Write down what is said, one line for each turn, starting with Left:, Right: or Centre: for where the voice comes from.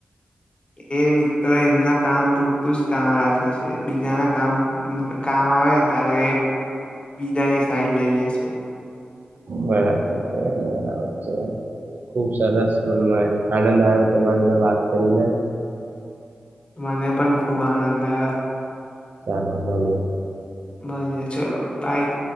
Left: એ મિત્ર એમના કામ પૂરતું જ કામ રાખે છે. બીજાના કામ કામ આવે તારે એ બીજાની સાઈડ લઈ લે છે.
Right: બરાબર છે. બરાબર છે. ખુબ સરસ મનમાં આનંદ આયો. તમારી જોડે વાત કરીને.
Left: મને પણ ખૂબ આનંદ આવ્યો.
Right: ચાલો બો મળીએ.
Left: મળીએ ચલો બાય.